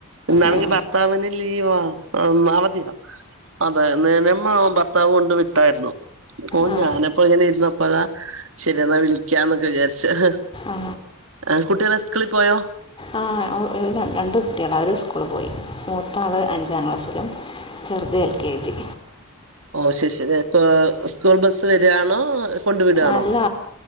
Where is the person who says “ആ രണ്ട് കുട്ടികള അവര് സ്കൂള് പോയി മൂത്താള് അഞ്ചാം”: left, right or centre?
Left